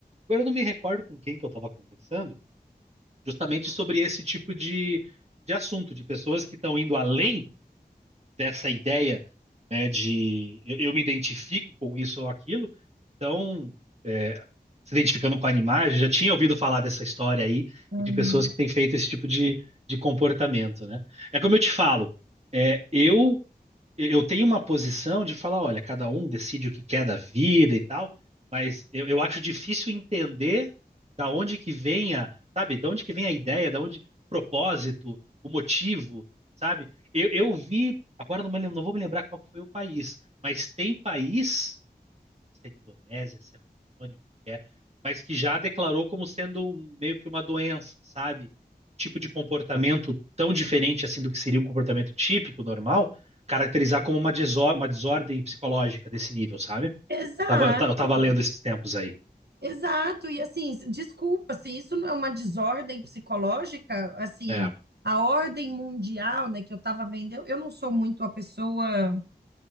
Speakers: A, on the right (about 40°); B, on the right (about 80°).
A: eu não me recordo com quem que eu estava conversando. justamente sobre esse tipo de, de assunto, de pessoas que estão indo além dessa ideia, né, de eu, eu me identifico com isso ou aquilo, então é, se identificando com animais, eu já tinha ouvido falar dessa história aí
B: Hum.
A: e de pessoas que têm feito esse tipo de, de comportamento, né? É como eu te falo, é, eu eu tenho uma posição de falar, olha, cada um decide o que quer da vida e tal, mas eu, eu acho difícil entender da onde que vem a, sabe, da onde que vem a ideia, da onde o propósito, o motivo, sabe? Eu, eu vi, agora não, me lem- não vou me lembrar qual que foi o país, mas tem país se é Indonésia, se é Polônia, o que é, mas que já declarou como sendo um- meio que uma doença, sabe? Tipo de comportamento tão diferente assim do que seria um comportamento típico, normal, caracterizar como uma, desor- uma desordem psicológica desse nível, sabe?
B: Exato,
A: Eu tava, eu ta- eu tava lendo esses tempos aí.
B: exato. E assim, se- desculpa, se isso não é uma desordem psicológica, assim,
A: É,
B: a ordem mundial, né, que eu estava vendo, eu, eu não sou muito a pessoa.